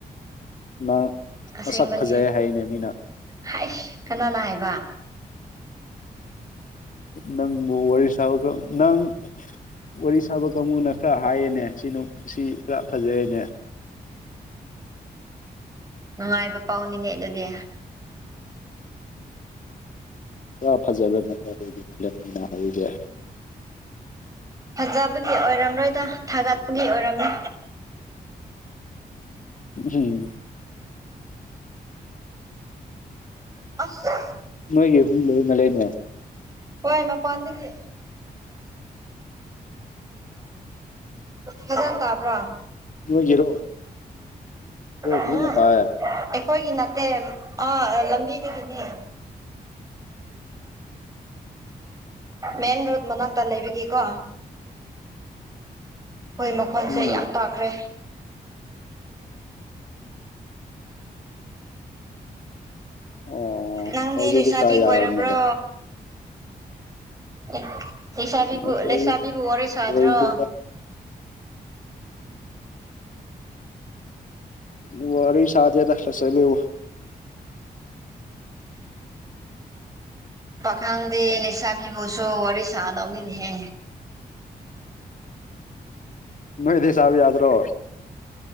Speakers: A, on the left (about 50°); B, on the right (about 20°).
A: ꯅꯪ
B: ꯑꯁꯦꯡꯕꯅꯤ
A: ꯃꯁꯛ ꯐꯖꯩ ꯍꯥꯏꯅꯦ ꯃꯤꯅ
B: ꯍꯥꯏꯁ ꯀꯅꯥꯅ ꯍꯥꯏꯕ
A: ꯅꯪꯕꯨ ꯋꯥꯔꯤ ꯁꯥꯕꯒ ꯅꯪ ꯋꯥꯔꯤ ꯁꯥꯕ ꯀꯥꯡꯕꯨꯅ ꯈꯔ ꯍꯥꯏꯌꯦꯅꯦ ꯁꯤꯅꯨꯞ ꯁꯤ ꯈꯔ ꯐꯖꯩꯌꯦꯅꯦ
B: ꯅꯨꯡꯉꯥꯏꯕ ꯄꯥꯎꯅꯤꯅꯦ ꯑꯗꯨꯗꯤ
A: ꯄꯨꯔꯥ ꯐꯖꯔꯝꯃꯥꯅꯤ ꯑꯗꯨꯗꯤ ꯂꯦꯠꯃꯤꯅ ꯍꯥꯏꯔꯤꯖꯦ
B: ꯐꯖꯕꯒꯤ ꯑꯣꯏꯔꯝꯔꯣꯏꯗ ꯊꯥꯒꯠꯄꯒꯤ ꯑꯣꯏꯔꯝꯅꯤ
A: ꯎꯝꯍꯨꯝ
B: ꯑꯁ
A: ꯅꯣꯏꯒꯤ ꯑꯍꯨꯝ ꯂꯩꯃ ꯂꯩꯅꯥ
B: ꯋꯥꯏ ꯃꯄꯥꯟꯗꯒꯤ ꯐꯖꯅ ꯇꯥꯕ꯭ꯔꯥ
A: ꯅꯣꯏ ꯒꯤꯔꯣ ꯍꯣꯏ ꯐꯖꯅ
B: ꯎꯝ
A: ꯇꯥꯌꯦ
B: ꯑꯩꯈꯣꯏꯒꯤ ꯅꯠꯇꯦ ꯑꯥ ꯂꯝꯕꯤꯗꯒꯤꯅꯤ ꯃꯦꯟ ꯔꯣꯗ ꯃꯅꯥꯛꯇ ꯂꯩꯕꯒꯤꯀꯣ ꯍꯣꯏ ꯃꯈꯣꯟꯁꯦ
A: ꯎꯝ
B: ꯌꯥꯝ ꯇꯥꯈ꯭ꯔꯦ
A: ꯑꯣ
B: ꯅꯪꯗꯤ
A: ꯍꯧꯖꯤꯛꯇꯤ
B: ꯂꯩꯁꯥꯕꯤ
A: ꯈꯔ ꯌꯥꯔꯝꯃꯂꯦ
B: ꯀꯣꯏꯔꯕ꯭ꯔꯣ ꯑꯦ ꯂꯩꯁꯥꯕꯤꯕꯨ
A: ꯑꯁ
B: ꯂꯩꯁꯥꯕꯤꯕꯨ
A: ꯍꯧꯖꯤꯛ
B: ꯋꯥꯔꯤ ꯁꯥꯗ꯭ꯔꯣ
A: ꯂꯣꯏꯗꯦꯗ ꯎ ꯋꯥꯔꯤ ꯁꯥꯗꯦꯗ ꯂꯩꯁꯥꯕꯤꯕꯨ
B: ꯄꯈꯪꯗꯤ ꯂꯩꯁꯥꯕꯤꯕꯨꯁꯨ ꯋꯥꯔꯤ ꯁꯥꯗꯧꯅꯤꯅꯦꯍꯦ
A: ꯅꯣꯏꯗꯤ ꯁꯥꯕ ꯌꯥꯗ꯭ꯔꯣ